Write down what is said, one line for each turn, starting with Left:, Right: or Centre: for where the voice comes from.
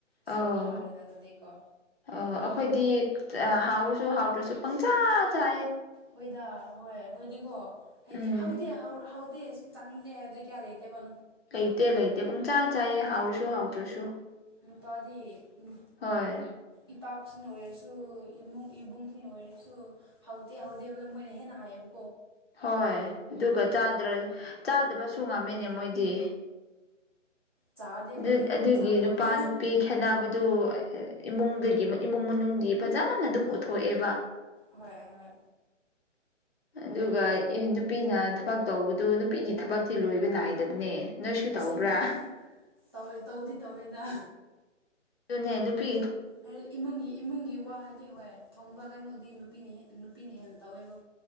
Left: ꯑꯧ
Right: ꯁꯥꯎꯕꯤꯤ ꯌꯥꯥꯔꯦꯅ ꯑ ꯑꯗꯨꯗꯤ ꯀꯣ
Left: ꯑꯣ ꯑꯩꯈꯣꯏꯗꯤ ꯍꯥꯎꯔꯁꯨ ꯍꯥꯎꯗ꯭ꯔꯁꯨ ꯄꯪꯆꯥꯥ ꯆꯥ
Right: ꯍꯣꯏꯗ ꯍꯣꯏ ꯍꯣꯏꯗꯤꯀꯣ ꯍꯥꯏꯗꯤ
Left: ꯎꯝ
Right: ꯍꯧꯗꯦ ꯍꯧꯗꯦ ꯇꯅꯤꯡꯗꯦ ꯑꯗꯨ ꯀꯌꯥ ꯂꯩꯦ ꯃ
Left: ꯂꯩꯇꯦ ꯂꯩꯇꯦ ꯄꯨꯡ ꯆꯥ ꯆꯥꯏꯌꯦ ꯍꯥꯎꯔꯁꯨ ꯍꯥꯎꯗ꯭ꯔꯁꯨ
Right: ꯅꯨꯄꯥꯗꯤ ꯅꯨ
Left: ꯍꯣꯏ
Right: ꯏ ꯄꯄꯥꯛꯁꯤꯡꯅ ꯑꯣꯏꯔꯁꯨ ꯏꯃꯨꯡ ꯏꯕꯨꯡꯁꯤꯡ ꯑꯣꯏꯔꯁꯨ ꯍꯧꯗꯦ ꯍꯧꯗꯦꯕꯗ ꯃꯣꯏꯅ ꯍꯦꯟꯅ ꯍꯥꯏꯌꯦꯕ
Left: ꯍꯣꯏ ꯑꯗꯨꯒ꯭ꯔ ꯆꯥꯗꯕꯁꯨ ꯉꯝꯃꯤꯅꯦ ꯃꯣꯏꯗꯤ
Right: ꯆꯥꯗꯦ ꯑꯩꯈꯣꯏ
Left: ꯑꯗꯨ
Right: ꯍꯦꯟꯅ ꯑꯃꯨꯛ
Left: ꯑꯗꯨꯒꯤ
Right: ꯆꯥꯒꯗꯧꯕ
Left: ꯅꯨꯄꯥ ꯅꯨꯄꯤ ꯈꯦꯠꯅꯕꯗꯨ ꯏꯃꯨꯡꯗꯒꯤ ꯏꯃꯨꯡ ꯃꯅꯨꯡꯗꯤ ꯐꯖꯅ ꯑꯗꯨꯝ ꯎꯠꯊꯣꯛꯑꯦꯕ
Right: ꯍꯣꯏ ꯍꯣꯏ
Left: ꯑꯗꯨꯒ ꯅꯨꯄꯤꯅ ꯊꯕꯛ ꯇꯧꯕꯗꯨ ꯅꯨꯄꯤꯒꯤ ꯊꯕꯛꯇꯤ ꯂꯣꯏꯕ ꯅꯥꯏꯗꯕꯅꯦ ꯅꯣꯏꯁꯨ ꯇꯧꯕ꯭ꯔꯥ
Right: ꯑꯁꯦꯡ ꯇꯧꯦ ꯇꯧꯕꯗꯤ ꯇꯧꯋꯦꯗ
Left: ꯑꯗꯨꯅ ꯅꯨꯄꯤ
Right: ꯍ ꯏꯃꯨꯡꯒꯤ ꯏꯃꯨꯡꯒꯤ ꯋꯥ ꯍꯥꯏꯗꯤ ꯍꯣꯏ ꯊꯣꯡꯕ ꯀꯩꯅꯣꯗꯤ ꯅꯨꯄꯤꯅ ꯍꯦꯛ ꯅꯨꯄꯤꯅ ꯍꯦꯟꯅ ꯇꯧꯋꯦꯕ